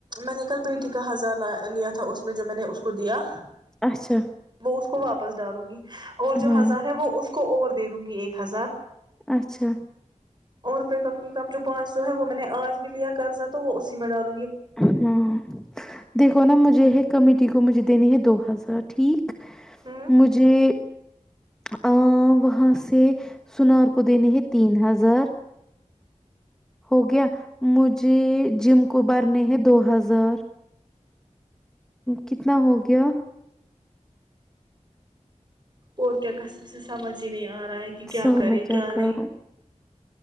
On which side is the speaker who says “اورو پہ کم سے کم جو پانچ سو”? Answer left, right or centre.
Right